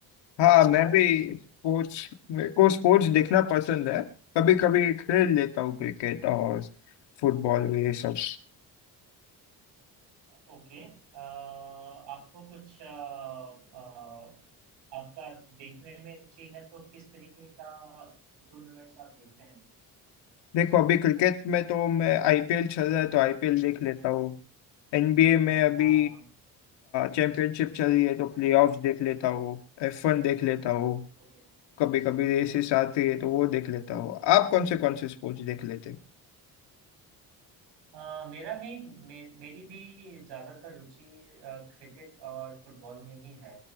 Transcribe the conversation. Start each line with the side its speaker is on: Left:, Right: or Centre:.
Left: हाँ मैं भी स्पोर्ट्स मेरे को स्पोर्ट्स देखना पसंद है कभी कभी खेल लेता हूँ क्रिकेट और फुटबॉल ये सब
Right: ओके अ, आपको कुछ अ, अ, आपका देखने में रुचि है तो किस तरीके का टूर्नामेंट्स आप देखते हैं
Left: देखो अभी क्रिकेट में तो मैं आईपीएल चल रहा है तो आईपीएल देख लेता हूँ एनबीए में अभी
Right: हाँ
Left: चैंपियनशिप चल रही है तो प्लेऑफ्स देख लेता हूँ एफ वन देख लेता हूँ
Right: ओके
Left: कभी कभी रेसेस
Right: ओके
Left: आती है तो वो देख लेता हूँ आप कौन से कौन से स्पोर्ट्स देख लेते हैं
Right: अ, मेरा भी मे, मेरी भी ज़्यादातर रुचि अ, क्रिकेट और फुटबॉल में ही है